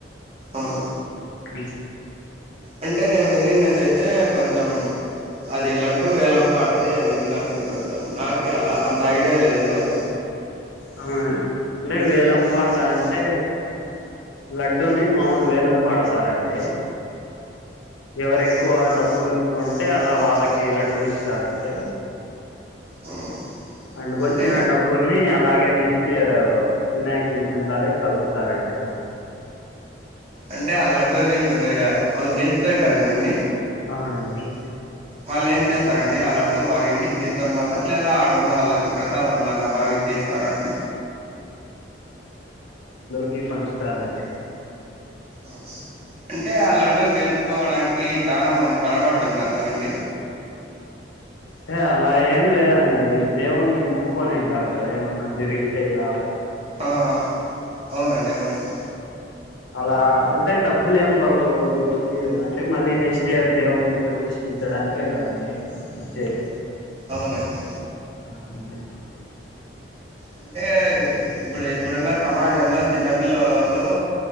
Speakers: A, on the right; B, on the left.
A: అవునా
B: అ
A: అంటే నేను వినిన్నదయితే కొంచెం అది లడ్డు వేలం పాటది అది విన్నానండి కొంచెం నాకె అలా అంత ఐడియా లేదు అది
B: ఆవునా అండి అంటే వేలం పాట అంటే లడ్డూని మావొళ్ళు వేలం పాడతారండి ఎవరు ఎక్కువ డబ్బులు కొంటే అలా వాళ్ళకి లడ్డూ ఇస్తారండి
A: అవునా అండి.
B: అండ్ వచ్చి
A: అంటే
B: న డబ్బు ని అలాగే నెక్స్ట్ ఇయర్ వినాయకుని చెందాలేకి కలుపుతారంండి
A: అంటే ఆ లడ్డూని మీరు వాళ్ళు గెలుచుకుని ఉంటారు కదండి
B: అవునండీ
A: వాళ్ళు ఏం చేస్తారండి ఆ లడ్డు వారు ఇంటికి తీసుకొని పోతారు లేదా ఆడున్న వాళ్ళకి ప్రసాదం లాగా బావిచ్చి ఇస్తారండి
B: కి పంచుతారండి
A: ఆ అంటే ఆ లడ్డూ గెలుచుకోవడానికి చాలా మంది తడబడుతుంటారు కదండి
B: అంటే అలా ఏం లేదండి దేవుణ్ణి ముక్క్కొనింటారు కదా ఏమన్నా జరిగి చేయల
A: ఆ అవునండి అవునండి
B: అలా అంటే డబ్బులు ఏం వెళ్ళవ్ ఓ యువరి తీరుగా అంటే మళ్ళీ నెక్స్ట్ ఇయర్ దేవు్న్ని ప్రతిష్ఠించడానికే కదండి వచ్చేది
A: అవునండి
B: అండి.
A: అంటే ఇప్పుడు అయి ఇప్పుడున్న సమాజంలో చిన్న పిల్లలు